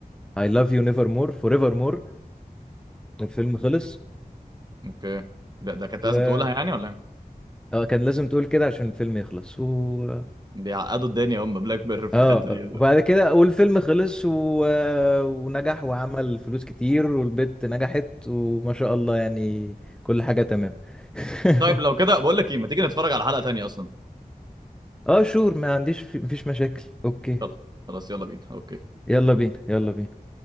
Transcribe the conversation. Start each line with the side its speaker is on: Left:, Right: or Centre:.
Centre: I love you never more forever more الفيلم خلص
Right: اوكي ده ده كانت
Centre: و
Right: لازم تقولها يعني ولا ايه؟
Centre: اه كان لازم تقول كده عشان الفيلم يخلص و...
Right: بيعقدوا الدنيا هم بلاك بيرر في
Centre: اه
Right: الحته دي يلا
Centre: وبعد كده والفيلم خلص و... ونجح وعمل فلوس كتير والبت نجحت وما شاء الله يعني كل حاجة تمام <laughs>
Right: طيب لو كده بقول لك ايه ما تيجي نتفرج على حلقه تانية اصلا
Centre: اه شور ما عنديش في... مفيش مشاكل اوكي
Right: يلا خلاص يلا بينا اوكي
Centre: يلا بينا يلا بينا